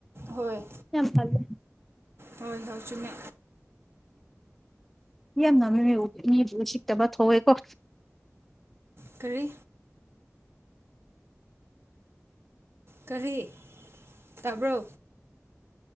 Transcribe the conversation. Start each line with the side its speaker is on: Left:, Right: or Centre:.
Right: ꯍꯣꯏ
Centre: ꯌꯥꯝ ꯇꯜꯂꯦ
Right: ꯍꯣꯏ ꯍꯣꯏ ꯆꯨꯝꯃꯦ
Centre: ꯌꯥꯝ <unintelligible> ꯃꯤꯗꯨ ꯁꯤꯠꯇꯕ ꯊꯣꯛꯑꯦꯀꯣ
Right: ꯀꯔꯤ ꯀꯔꯤ ꯇꯥꯕ꯭ꯔꯣ